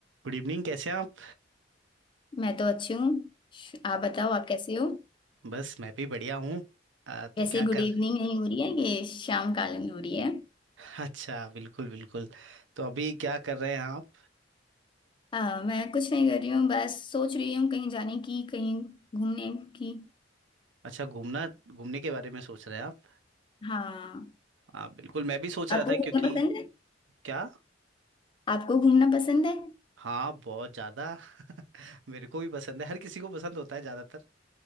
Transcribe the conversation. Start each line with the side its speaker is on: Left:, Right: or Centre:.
Right: Good evening कैसे हैं आप
Left: मैं तो अच्छी हूँ श- आप बताओ आप कैसे हो
Right: बस मैं भी बढ़िया हूँ आ, तो
Left: कैसे
Right: क्या
Left: गुड
Right: कर
Left: इवनिंग नहीं हो रही है ये शाम कालीन हो रही है
Right: <laughs> अच्छा बिल्कुल बिल्कुल तो अभी क्या कर रहे हैं आप
Left: हाँ मैं कुछ नहीं कर रही हूँ बस सोच रही हूँ कहीं जाने की कहीं घूमने की
Right: अच्छा घूमना घूमने के बारे में सोच रहे हैं आप
Left: हाँ
Right: हाँ बिल्कुल मैं भी सोच रहा
Left: आपको
Right: था
Left: घूमना
Right: क्योंकि
Left: पसंद है
Right: क्या
Left: आपको घूमना पसंद है
Right: हाँ बहुत ज़्यादा <laughs> मेरे को भी पसंद है हर किसी को पसंद होता है ज़्यादातर